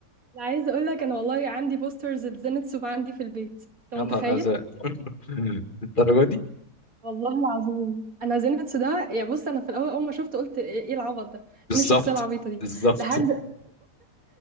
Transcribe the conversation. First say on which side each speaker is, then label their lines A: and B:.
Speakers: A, on the right; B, on the left.
A: يعني عايزه اقول لك انا والله عندي بوسترز لزينتسو عندي في البيت انت
B: يا
A: متخيل
B: نهار أزرق <laughs> الدرجة دي
A: والله العظيم انا زينتسو ده يا بص انا في الاول اول ما شفته قلت ايه إيه العبط ده
B: بالظبط
A: مين الشخصيه العبيطه دي
B: بالظبط
A: لحد